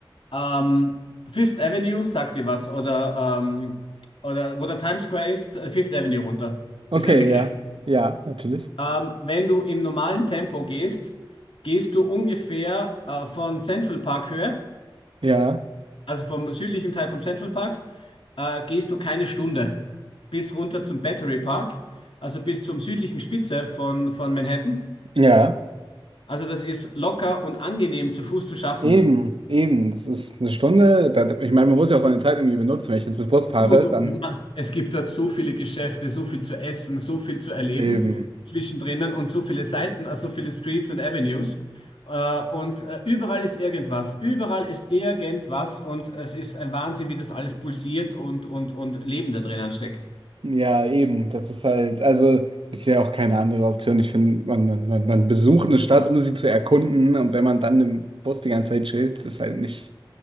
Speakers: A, on the left; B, on the right.
A: Ähm, Fifth Avenue, sagt dir was? Oder, ähm, oder wo der Times Square ist, äh, Fifth Avenue runter.
B: Okay,
A: Ist ein Begriff.
B: ja. Ja, natürlich.
A: Ähm, wenn du im normalen Tempo gehst, gehst du ungefähr äh, von Central Park Höhe,
B: Ja.
A: also vom südlichen Teil vom Central Park, äh, gehst du keine Stunde bis runter zum Battery Park, also bis zum südlichen Spitze von, von Manhattan.
B: Ja.
A: Also das ist locker und angenehm zu Fuß zu schaffen.
B: Eben, eben. Das ist eine Stunde. Da, ich meine, man muss ja auch seine Zeit irgendwie benutzen. Wenn ich jetzt mit Bus fahre,
A: Du, du,
B: dann
A: ma- es gibt dort so viele Geschäfte, so viel zu essen, so viel zu erleben
B: eben.
A: zwischendrin und so viele Seiten, also so viele Streets und Avenues. Äh, und äh, überall ist irgendwas, überall ist irgendwas und es ist ein Wahnsinn, wie das alles pulsiert und, und, und Leben da drinnen steckt.
B: Ja, eben. Das ist halt, also ich sehe auch keine andere Option. Ich finde, man, man, man, man besucht eine Stadt, um sie zu erkunden. Und wenn man dann im Bus die ganze Zeit chillt, ist halt nicht